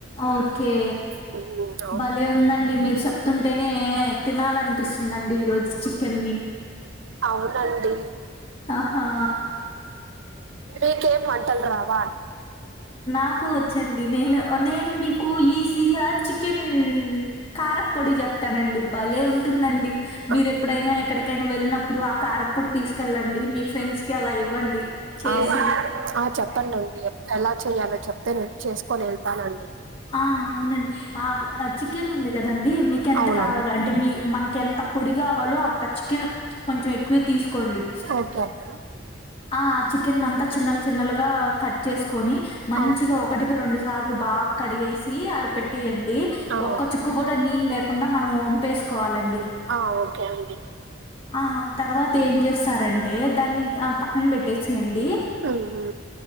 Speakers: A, on the left; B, on the right.
A: ఓకే
B: ఉ
A: భలే ఉందండి మీరు చెప్తుంటేనే తినాలనిపిస్తుందండి ఈ రోజు చికెన్ని
B: అవునండి
A: ఆహా
B: మీకేం వంటలు రావ
A: నాకు వచ్చండి నేను నేను మీకు ఈసీగ చికెన్
B: ఆ
A: కారపొడి చెప్తానండి భలే ఉంటుందండి మీరు
B: ఆ,
A: ఎప్పుడైనా ఎక్కడికైనా వెళ్ళినప్పుడు ఆ కార అప్పుడు తీసుకెళ్ళండి మీ ఫ్రెండ్స్కి అలా ఇవ్వండి చేసి
B: ఆ ఆ చెప్పండి ఎలా చెయ్యాలో చెప్తే నే చేసుకొని వెళ్తానండి
A: ఆ అవునండి ఆ చికెన్ ఉంది కదండి మీకెంత
B: అవునవును
A: కావాలో అం <unintelligible> మీ మనకి ఎంత పొడి కావాలో అంత చికెన్ కొంచెం ఎక్కువే తీసుకోండి
B: ఓకే అండి
A: ఆ ఆ చికెన్ అంతా చిన్నలు చిన్నలుగా కట్ చేసుకొని మంచిగ
B: ఆ
A: ఒ <unintelligible> రెండు సార్లు బాగ కడిగేసి ఆడ పెట్టేయండి
B: ఆ
A: ఒక్క చు క్ కూడ నీళ్ళు లేకుండా మనం ఓంపేసుకోవా లండి
B: ఆ ఓకే అండి
A: ఆ తర్వాత ఏం చేస్తారంటే దాన్ని పక్కన పెట్టేసియండి
B: ఉహు